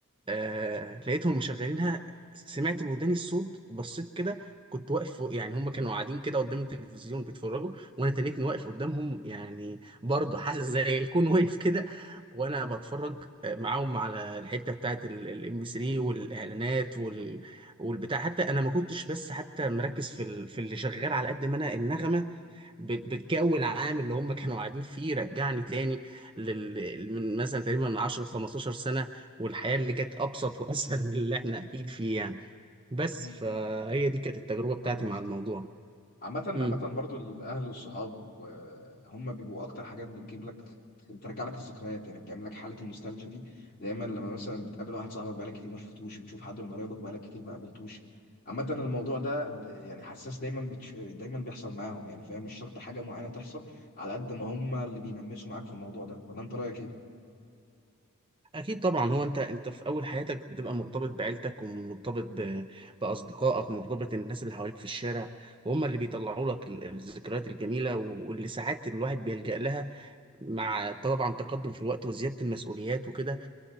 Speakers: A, on the right; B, on the left.
A: آه لقيتهم مشغلينها سمعت بوداني الصوت بصيت كده كنت واقف فوق يعني هم كانوا قاعدين كده قدام التلفزيون بيتفرجوا وانا تنيتني واقف قدامهم يعني برضه حاسس زي الكون واقف كده وانا بتفرج آه، معاهم على الحته بتاعت الام بي 3 والاعلانات وال والبتاع حتى انا ما كنتش بس حتى مركز في ال... في اللي شغال على قد ما انا النغمه بال- بالجو العام اللي هم كانوا قاعدين فيه رجعني تاني لل... من مثلا تقريبا من 10 ل 15 سنة والحياة اللي كانت أبسط وأسهل <laughs> من اللي احنا أكيد فيه يعني بس
B: كده؟
A: فهي دي كانت التجربة بتاعتي
B: فاهم قصدي
A: مع الموضوع
B: عامة
A: امم
B: عامة برضو الأهل والصحاب آه، هم بيبقوا أكتر حاجات بتجيب لك بترجع لك الذكريات يعني بتعمل لك حالة النوستالجيا دي دايما لما مثلا بتقابل واحد صاحبك بقالك كتير ما شفتوش بتشوف حد من قرايبك بقالك كتير ما قابلتوش عامة الموضوع ده د- يعني حساس دايما بتش... دايما بيحصل معاهم يعني فاهم مش شرط حاجة معينة تحصل على قد ما هم اللي بينمسوا معاك في الموضوع ده ولا أنت رأيك إيه؟
A: أكيد طبعا هو أنت أنت في أول حياتك بتبقى مرتبط بعيلتك ومرتبط ب... بأصدقائك ومرتبط الناس اللي حواليك في الشارع وهم اللي بيطلعوا لك ال- الذكريات الجميلة واللي ساعات الواحد بيلجأ لها مع طبعا تقدم في الوقت وزيادة المسؤوليات وكده